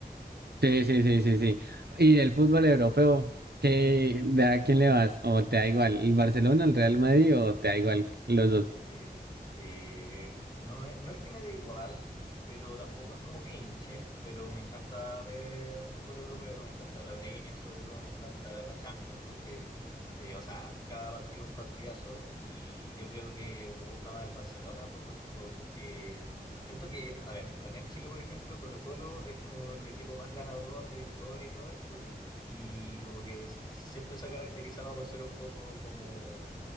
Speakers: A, on the right; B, on the left.
A: Sí, sí, sí, sí, sí. Y del fútbol europeo, ¿qué, de a quién le vas? ¿O te da igual el Barcelona, el Real Madrid o te da igual los dos?
B: Mira, eh, no es, no es que me dé igual, pero tampoco es como que hinche, pero me encanta ver fútbol europeo, me encanta la Premier, sobre todo me encanta la Champions, porque, eh, o sea, cada partido es un partidazo y yo creo que me gusta más el Barcelona por- porque siento que, a ver, acá en Chile, por ejemplo, Colo-Colo es como el equipo más ganador de la historia y todo esto, y como que s- siempre se ha caracterizado por ser un poco como